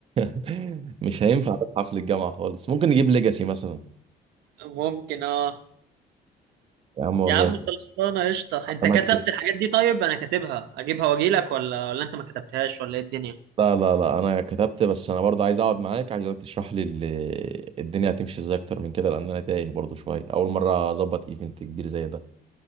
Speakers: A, on the right; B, on the right.
A: <laughs> مش هينفع في حفل الجامعة خالص ممكن نجيب ليجاسي مثلا
B: ممكن اه
A: يا عم والله
B: يا عم خلصانه قشطه
A: حفلات
B: انت كتبت الحاجات دي طيب انا كاتبها اجيبها واجيلك ولا ولا انت ما كتبتهاش ولا ايه الدنيا
A: لا لا لا انا كتبت بس انا برضه عايز اقعد معاك عايزك تشرح لي ال- الدنيا هتمشي ازاي اكتر من كده لان انا تايه برضه شويه اول مره اظبط ايفنت كبير زي ده